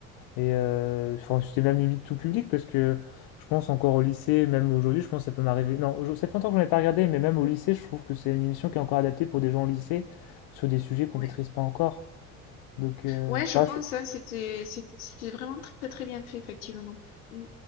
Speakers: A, on the left; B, on the left.
A: et euh, enfin, c'était même limite tout public, parce que je pense encore au lycée, même aujourd'hui, je pense que ça peut m'arriver. Non, aujourd'hui- ça fait longtemps que j'en ai pas regardé, mais même au lycée, je trouve que c'est une émission qui est encore adaptée pour des gens au lycée, sur des sujets qu'on
B: ouais.
A: maîtrise pas encore. Donc, heu,
B: Ouais, je
A: bah,
B: pense,
A: je
B: hein, c'était, c'est- c'était vraiment très, très bien fait, effectivement. Mm.